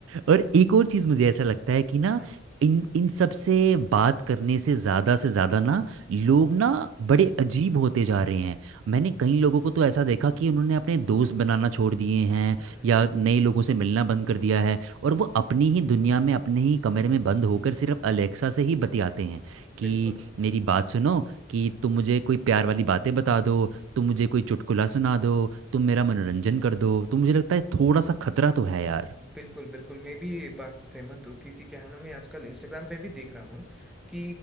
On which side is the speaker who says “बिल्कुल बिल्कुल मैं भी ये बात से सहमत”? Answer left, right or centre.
Centre